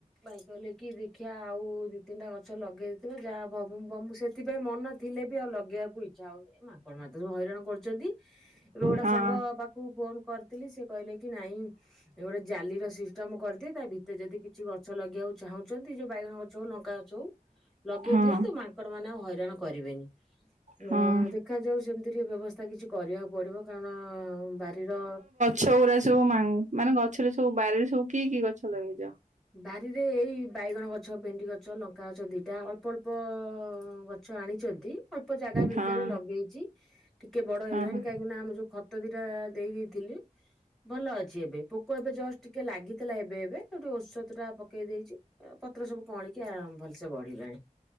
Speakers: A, in the centre; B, on the right.
A: ଭାଇ କହିଲେ କି ଦେଖିଆ ଆଉ ଦି ତିନିଟା ଗଛ ଲଗେଇ ଦେଇଥିବା। ଯାହା ହବ ହବ ବମୁ ସେ ଥିପାଇଁ ମନ ଥିଲେ ବି ଆଉ ଲଗେଇବାକୁ ଇଚ୍ଛା ହଉନି। ଏ ମାଙ୍କଡ଼ ମାନେ ତ ସବୁ ହଇରାଣ କରୁଚନ୍ତି। ରୋଡ଼୍
B: ହଁ
A: ସାଙ୍ଗ ପାଖ କୁ ଫୋନ୍ କରିଥିଲି, ସେ କହିଲେ କି ନାଇଁ ଏ ଗୋଟେ ଜାଲି ର ସିଷ୍ଟମ୍ କରିଦିଅ। ତା ଭି ତେ ଯଦି କିଛି ଗଛ ଲଗେଇବାକୁ ଚାହୁଁଚନ୍ତି ଯୋଉ ବାଇଗଣ ଗଛ ହଉ ଲଙ୍କା ଗଛ ହଉ ଲଗେଇ
B: ହଁ
A: ଦିଅନ୍ତୁ। ମା ଙ୍କଡ଼ ମାନେ ଆଉ ହଇରାଣ କରିବେନି। ଅ,
B: ହଁ।
A: ଦେଖାଯାଉ ସେମିତିରେ ବ୍ୟବସ୍ଥା କିଛି କରିବାକୁ ପଡ଼ିବ, କାରଣ ବାରିର
B: ଛଉରା ସବୁ ମା -ମାନେ ଗଛରୁ ସବୁ ବାରିରେ ସବୁ କି କି ଗଛ ଲଗେଇଚ?
A: ବାରିରେ ଏଇ ବାଇଗଣ ଗଛ, ଭେଣ୍ଡି ଗଛ, ଲଙ୍କା ଗଛ, ଦିଟା ଅ ଅଳ୍ପ ଅଳ୍ପ ଗଛ ଆଣିଚନ୍ତି। ଅଳ୍ପ ଜାଗା ଭିତରେ
B: ହଁ
A: ଲଗେଇଚି। ଟିକେ ବଡ଼
B: ହଁ
A: ହେଇଗଲାଣି। କାହିଁକି ନା ଆମ ଯୋଉ ଖତ ଦିଟା ଦେଇ ଦେଇ ଥିଲି, ଭଲ ଅଛି ଏବେ ପୋକ ଏବେ ଜଷ୍ଟ ଟିକେ ଲାଗିଥିଲା ଏବେ ଏବେ। ସେଇଠୁ ଔଷ ଷଧ ଟା ପକେଇ ଦେଇଛି। ଓ ପତ୍ର ସବୁ କଅଁଳିକି ଆ ଭଲସେ ବଢ଼ିଲାଣି।